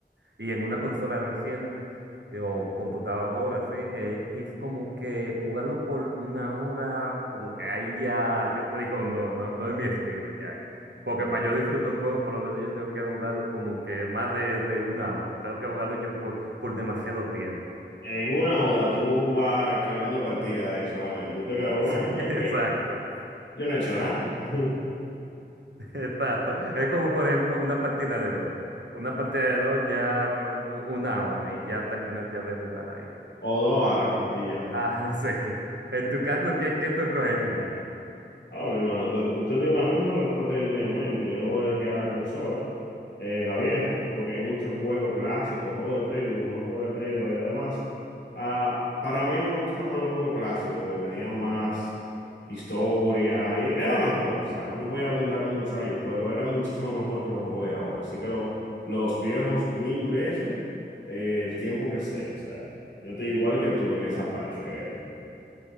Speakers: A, on the right; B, on the left.
A: y en una consola reciente eh, o computadora, así, eh, es como que jugarlo por una hora, como que ahí ya, yo te digo, no, no, no es mi estilo ya. ahí. Porque para yo disfrutar un juego, por lo menos yo tengo que jugarlo como que más de, de una hora, tengo que jugarlo yo por, por demasiado tiempo.
B: En una hora tú vas cargando partidas eh, solamente. Y Te queda, pero
A: <laughs>
B: bueno, ok,
A: Exacto.
B: ok, yo no he hecho nada. <laughs>
A: <laughs> Exacto. Es como, por ejemplo, una partida de LOL. Una partida de LOL ya eh, una hora y ya terminas ya de jugar ahí.
B: O dos horas y ya.
A: Ah, <laughs> sí. En tu caso, ¿qué, qué tú escogerías ahí?
B: Ah, mi hermano, usted, usted dio la misma respuesta que yo tenía en mente. Yo elegí a la consola, eh, la vieja, porque hay muchos juegos clásicos, juegos de Play uno juegos de Play 2 y además, ah, para mí me gustan más los juegos clásicos porque tenían más historia y era mejor. O sea, no me voy a abundar mucho ahí, pero era muchísimo mejor que los juegos de ahora. Así que lo- los viejos mil veces, eh, el tiempo que sea. O sea, yo estoy igual que tú en esa parte, creo.